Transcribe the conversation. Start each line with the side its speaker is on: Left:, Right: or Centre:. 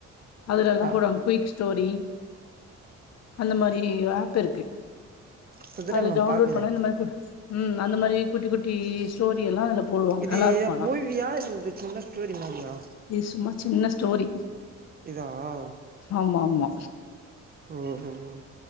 Left: அதுலெல்லா
Right: ஆ
Left: போடுவாங்க குயிக்ஸ் ஸ்டோரி அந்த மாரி ஆப் இருக்கு
Right: சதுரங்கம்
Left: அதுல டவுன்லோட்
Right: பாக்குறே
Left: பண்ண இந்த மாரி ம் அந்த மாரி குட்டி குட்டி ஸ்டோரி எல்லா போடுவாங்க
Right: இது
Left: நல்லா இருக்கு ஆனா
Right: மூவியா இல்ல இது சின்ன ஸ்டோரி மாரியா
Left: இது சும்மா சின்ன ஸ்டோரி
Right: இதா உ <unintelligible>
Left: அம்மா அம்மா
Right: ஓஹ ஓ